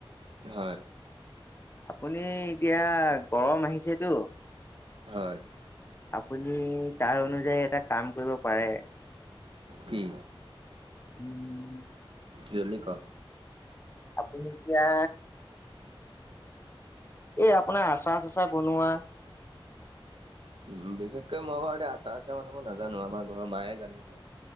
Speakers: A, on the right (about 70°); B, on the left (about 25°).
A: হয়।
B: আপুনি এতিয়া গৰম আহিছেতো
A: হয়।
B: আপুনি তাৰ অনুযায়ী এটা কাম কৰিব পাৰে।
A: কি?
B: উম
A: জল্দি কওঁক।
B: আপুনি এতিয়া এই আপোনাৰ আচা চাচা বনোৱা।
A: উ বিশেষকৈ মই বাৰু এ আচাৰ আচাৰ বনাব নাজানো আমাৰ ঘৰৰ মায়ে জানিব।